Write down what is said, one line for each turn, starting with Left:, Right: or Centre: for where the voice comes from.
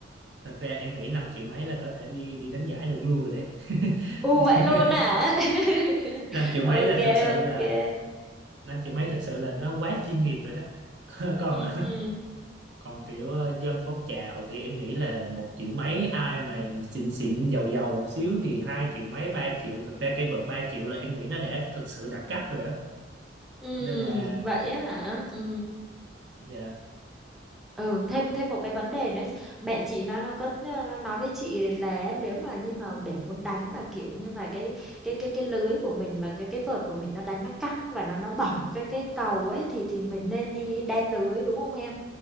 Right: thật ra em nghĩ 5 triệu mấy là có thể đi đi đánh giải được luôn rồi đấy
Centre: u
Right: <laughs>
Centre: vậy luôn hả <laughs>
Right: năm triệu mấy
Centre: ok
Right: là thật sự
Centre: ok
Right: là 5 triệu mấy thật sự là nó quá chuyên nghiệp rồi đó <laughs> còn
Centre: ừ ừ
Right: còn kiểu ờ, dân phong trào thì em nghĩ là một triệu mấy ai mà xịn xịn giàu giàu một xíu thì hai triệu mấy ba triệu thực ra cây vợt ba triệu là em nghĩ nó đã thực sự đẳng cấp rồi đó
Centre: ừ,
Right: nên là
Centre: vậy á hả ừ
Right: dạ
Centre: ừ thêm thêm một cái vấn đề nữa bạn chị nó nó có nó nói với chị là nếu mà như mà để muốn đánh mà kiểu như là cái cái cái cái lưới của mình mà cái cái vợt của mình nó đánh nó căng và nó nó bỏng cái cái cầu ấy thì thì mình nên đi đan lưới đúng không em